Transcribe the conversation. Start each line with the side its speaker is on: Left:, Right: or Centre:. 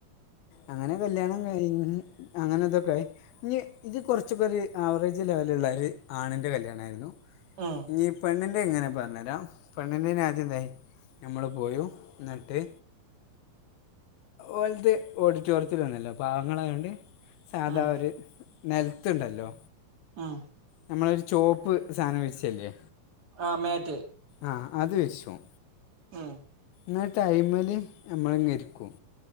Left: അങ്ങനെ കല്യാണം കഴിഞ്ഞ് അങ്ങനെ ഇതൊക്കെയി ഇഞ്ഞ് ഇത് കുറച്ചൊക്കെ ഒരു ആവറേജ് ലെവലുള്ള ഒരു ആണിൻ്റെ കല്യാണയിരുന്നു
Right: ഉം
Left: ഞ്ഞി പെണ്ണിൻ്റെങ്ങനെ പറഞ്ഞെരാ പെണ്ണിന്റെന് ആദ്യംന്തായി മ്മള് പോയൊ ന്നിട്ട് ഓലത് ഓടി ഡിറ്റോറിയത്തിലൊന്നല്ല പാവങ്ങളായോണ്ട് സാധാ
Right: ഉം
Left: ഒരു നൽത്ണ്ടല്ലോ
Right: ഉം
Left: നമ്മളൊരു ചോപ്പ് സാനം വിരിച്ചയില്ലേ
Right: ആഹ് മേറ്റ്
Left: അ അത് വെശം
Right: ഉം
Left: ന്ന്ട്ടയ്മല് ഞമ്മള് ഞെരുക്കും